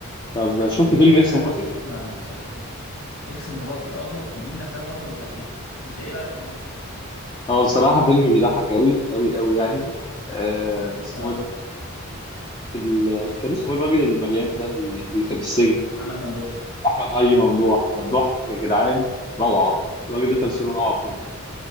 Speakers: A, on the left; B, on the left.
A: طب شفت
B: لان
A: فيلم
B: فعلا
A: اكس مراتي
B: انا لما شفته ما انبسطتش خالص اكس مراتي اه شفته دي من الافلام برضه الاخيرة انت ايه رأيك فيه
A: هو بصراحه فيلم بيضحك قوي قوي قوي يعني آه اسمه
B: اه
A: إيه ده ال... كان اسمه إيه الراجل المليان ده اللي كان في السجن
B: محمد ممدوح
A: احمد اي ممدوح ممدوح يا جدعان روعه الراجل ده تمثيله روعه بجد